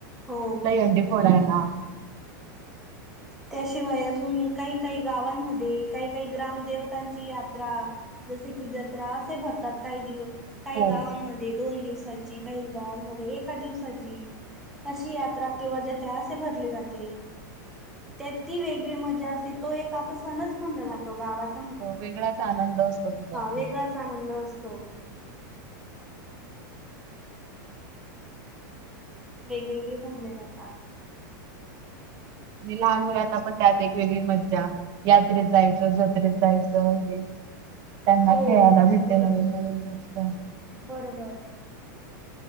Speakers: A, in the centre; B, on the right.
A: हो
B: दही
A: बरोबर.
B: हंडी फोडायला.
A: त्याशिवाय अजून काही काही गावांमध्ये काही काही ग्राम देवतांची यात्रा जसे की जत्रा असे भरतात काही दिवस. काही
B: हो
A: गावांमध्ये दोन दिवसाची काही गावांमध्ये एका दिवसाची कशी यात्रा किंवा जत्रा असे भरली जाते. त्यात ती वेगळी मजा असे तो एक आपला सणच म्हणला जातो गावात
B: हो वेगळाच आनंद असतो तिच्यातून.
A: वेगळाच आनंद असतो. वेगवेगळे भरले जातात.
B: आणि लहान मुलांना पण त्यात एक वेगळी मज्जा यात्रेत जायचं, जत्रेत जायचं हे त्यांना
A: हो
B: खेळायला भेटते
A: बर
B: नवीन नवीन भेटत
A: बरोबर